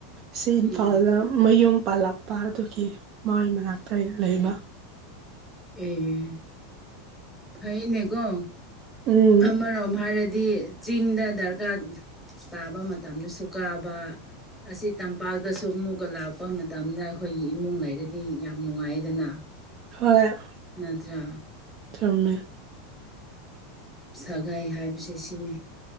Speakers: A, on the right (about 30°); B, in the centre.
A: ꯁꯤ
B: ꯎꯝ
A: ꯏꯝꯐꯥꯜꯗ ꯃꯌꯨꯝ ꯄꯥꯜꯂꯛꯄ ꯑꯗꯨꯒꯤ ꯃꯥꯏ ꯃꯅꯥꯛꯇ ꯑꯩꯅ ꯂꯩꯕ
B: ꯎꯝ ꯐꯩꯅꯦꯀꯣ
A: ꯎꯝ
B: ꯑꯃꯔꯣꯝ ꯍꯥꯏꯔꯗꯤ ꯆꯤꯡꯗ ꯗꯔꯀꯥꯔ ꯇꯥꯕ ꯃꯇꯝꯗꯁꯨ ꯀꯥꯕ ꯑꯁꯤ ꯇꯝꯄꯥꯛꯇꯁꯨ ꯑꯃꯨꯛꯀ ꯂꯥꯛꯄ ꯃꯇꯝꯗ ꯑꯩꯈꯣꯏꯒꯤ ꯏꯃꯨꯡ ꯂꯩꯔꯗꯤ ꯌꯥꯝ ꯅꯨꯡꯉꯥꯏꯗꯅ
A: ꯍꯣꯏ
B: ꯅꯠꯇ꯭ꯔꯥ
A: ꯊꯔꯝꯃꯦ
B: ꯁꯥꯒꯥꯏ ꯍꯥꯏꯕꯁꯦ ꯁꯤꯅꯤ